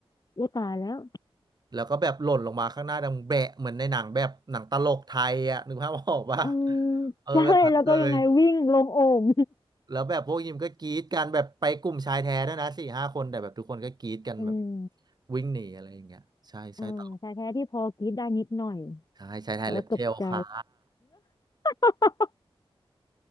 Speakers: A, on the left (about 40°); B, on the right (about 45°).
A: โอ้ตายแล้ว
B: แล้วก็แบบหล่นลงมาข้างหน้าดังแบะเหมือนในหนังแบบหนังตลกไทยอ่ะนึกภาพออกปะ
A: อืม <laughs>
B: เออแบบนั้นเลย
A: ใช่แล้วก็ยังไงวิ่งลงโอ่ง
B: แล้วแบบพวกยิมก็กรี๊ดกันแบบไปกลุ่มชายแท้ด้วยนะสี่ห้าคนแต่แบบทุกคนก็กรี๊ดกันแบบ
A: <laughs> อืม
B: วิ่งหนีอะไรอย่างเงี้ยใช่ใช่ตลก
A: อ่าชายแท้ที่พอกรีดได้นิดหน่อย
B: ใช่ชายไทยเล็บเจลค่ะ
A: แต่ว่าตกใจ <laughs>